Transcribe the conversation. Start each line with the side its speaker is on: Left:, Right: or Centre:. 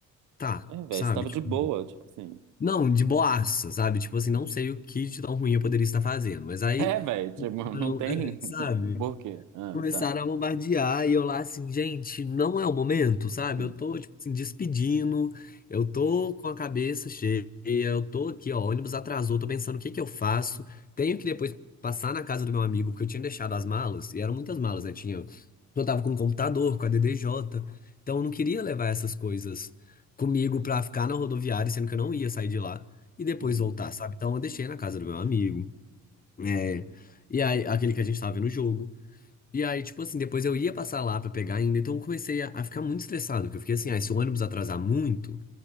Left: tá,
Right: É, velho,
Left: sabe?
Right: você tava
Left: Tipo,
Right: de boa, tipo assim.
Left: não, de boaça, sabe? Tipo assim, não sei o que de tão ruim eu poderia estar fazendo. Mas aí,
Right: É, velho, tipo,
Left: <laughs>
Right: não tem <laughs>
Left: sabe?
Right: por quê? Ah,
Left: Começaram
Right: tá.
Left: a bombardear e eu lá assim, gente, não é o momento, sabe?
Right: Hum,
Left: Eu tô, tipo assim, despedindo, eu tô com a cabeça cheia, eu tô aqui, ó, ônibus atrasou, tô pensando o que que eu faço. Tenho que depois passar na casa do meu amigo, porque eu tinha deixado as malas, e eram muitas malas, né? Tinha, eu tava com o computador, com a DDJ, então eu não queria levar essas coisas comigo pra ficar na rodoviária, sendo que eu não ia sair de lá e depois
Right: hum,
Left: voltar, sabe? Então eu deixei na casa do meu amigo, é, e aí, aquele que a gente tava vendo o jogo. E aí, tipo assim, depois eu ia passar lá pra pegar ainda, então eu comecei a, a ficar muito estressado, porque eu fiquei assim, ah, se o ônibus atrasar muito,